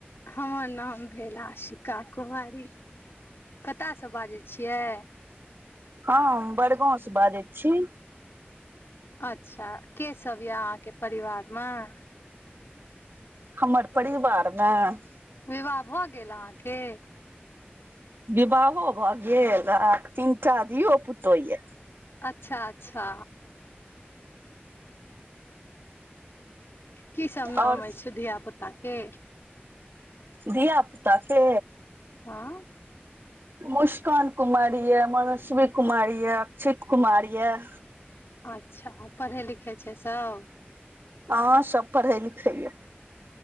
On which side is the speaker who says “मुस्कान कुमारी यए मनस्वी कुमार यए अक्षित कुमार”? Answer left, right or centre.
Right